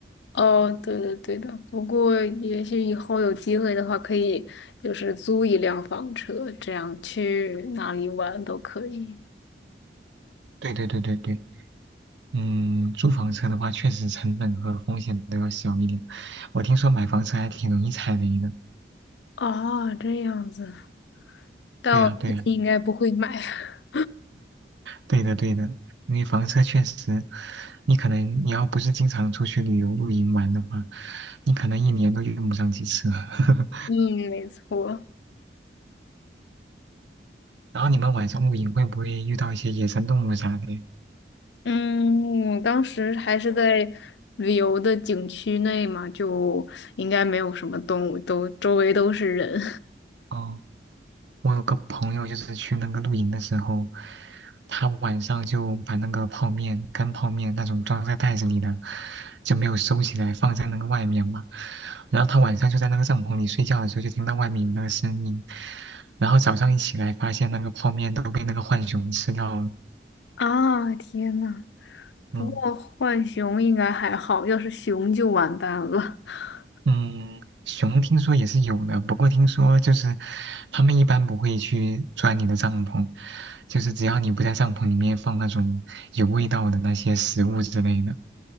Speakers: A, on the left (about 80°); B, on the right (about 85°).
A: 哦，对的，对的。不过也许以后有机会的话，可以就是租一辆房车，这样去哪里玩都可以。
B: 对对对对对。嗯，租房车的话，确实成本和风险都要小一点。我听说买房车还挺容易踩雷的。
A: 哦，这样子，但我估计应该不会买。
B: 对呀，对呀，
A: <laughs>
B: 对的，对的。因为房车确实，你可能你要不是经常出去旅游露营玩的话，你可能一年都用不上几次。<laughs>
A: 嗯，没错。
B: 然后你们晚上露营会不会遇到一些野生动物啥的？
A: 嗯，我当时还是在旅游的景区内嘛，就应该没有什么动物，都周围都是人。
B: 哦，我有个朋友就是去那个露营的时候，他晚上就把那个泡面、干泡面那种装在袋子里的，就没有收起来，放在那个外面嘛。然后他晚上就在那个帐篷里睡觉的时候，就听到外面有那个声音，然后早上一起来，发现那个泡面都被那个浣熊吃掉了。
A: <laughs> 啊，天呐，
B: 嗯。
A: 不过浣熊应该还好，要是熊就完蛋了。<laughs>
B: 嗯，熊听说也是有的，不过听说就是他们一般不会去钻你的帐篷，就是只要你不在帐篷里面放那种有味道的那些食物之类的，